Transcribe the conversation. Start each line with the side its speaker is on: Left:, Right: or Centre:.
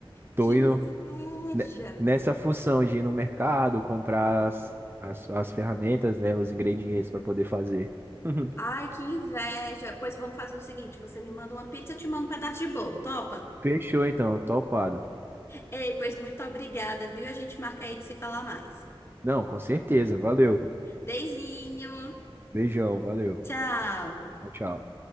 Right: tô
Left: que inveja!
Right: indo ne- nessa função de ir no mercado, comprar as, as, as ferramentas, né, os ingredientes para poder fazer. <laughs>
Left: Ai, que inveja! Pois vamos fazer o seguinte: você me manda uma pizza, eu te mando um pedaço de bolo, topa?
Right: Fechou então, topado.
Left: Ei, pois muito obrigada, viu? A gente marca aí de se falar mais.
Right: Não, com certeza. Valeu.
Left: Beijinho!
Right: Beijão, valeu.
Left: Tchau!
Right: Tchau, tchau.